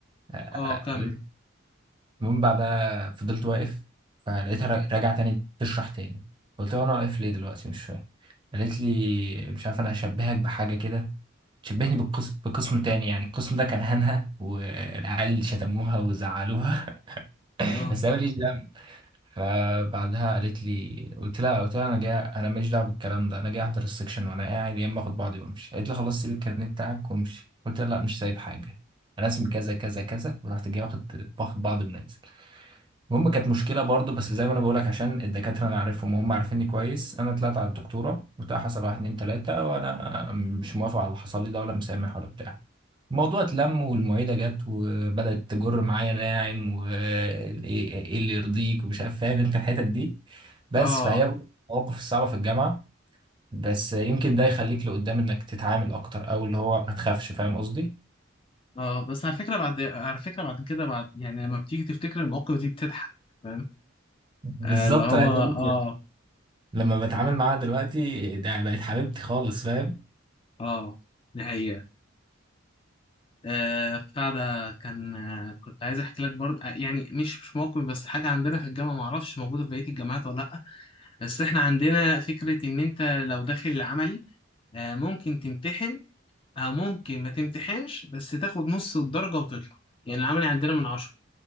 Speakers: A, on the right; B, on the left.
A: آه، آه،
B: اه كمل
A: آه، المهم بعدها فضلت واقف فلقيتها را- راجعه تاني تشرح تاني قلت لها انا واقف ليه دلوقتي مش فاهم قالت لي مش عارف انا هشبهك بحاجه كده شبهني بالقسم بقسم تاني يعني القسم ده كان هنها والعيال شتموها وزعلوها <laughs>
B: اه
A: بس انا ماليش دعوه فبعدها قالت لي قلت لها قلت لها انا جاي انا ماليش دعوه بالكلام ده انا جاي احضر السكشن وانا قاعد يا اما اخد بعضي وامشي قالت لي خلاص سيب الكارنيه بتاعك وامشي قلت لها لا مش سايب حاجه انا اسمي كذا كذا كذا ورحت جاي واخد باخد بعضي ونازل المهم كانت مشكله برضو بس زي ما انا بقولك عشان الدكاتره انا عارفهم وهم عارفيني كويس انا طلعت على الدكتوره قلت لها حصل واحد اتنين تلاته وانا مش موافق على اللي حصل لي ده ولا مسامح ولا بتاع الموضوع اتلم والمعيدة جت وبدأت تجر معايا ناعم وايه إيه إيه اللي يرضيك ومش عارف فاهم انت الحتت دي بس
B: اه
A: فهي برضه المواقف الصعبة في الجامعة بس يمكن ده يخليك لقدام انك تتعامل اكتر او اللي هو ما تخافش فاهم قصدي
B: اه بس على فكرة بعد على فكرة بعد كده بعد يعني لما بتيجي تفتكر المواقف دي بتضحك فاهم
A: بالظبط
B: آه اللي هو
A: انا عايز
B: اه
A: اقول لك لما بتعامل معاها دلوقتي ده بقت حبيبتي خالص فاهم
B: اه دي حقيقة آه بتاع ده كان آه كنت عايز احكي لك برضه آه، يعني مش مش موقف بس حاجة عندنا في الجامعة معرفش موجودة في بقية الجامعات ولا لأ بس احنا عندنا فكرة ان انت لو داخل العملي آه ممكن تمتحن او ممكن ما تمتحنش بس تاخد نص الدرجة وتطلع يعني العملي عندنا من عشرة